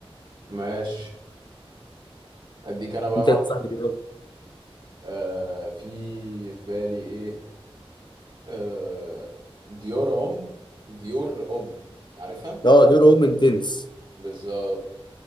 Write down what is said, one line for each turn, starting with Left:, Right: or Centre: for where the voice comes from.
Right: ماشي اديك انا بقى
Left: انت
Right: واحده
Left: تنصحني بيها
Right: آه في في بالي ايه آه ديار ام ديور ام عارفها
Left: اه دي روم انتنس
Right: بالظبط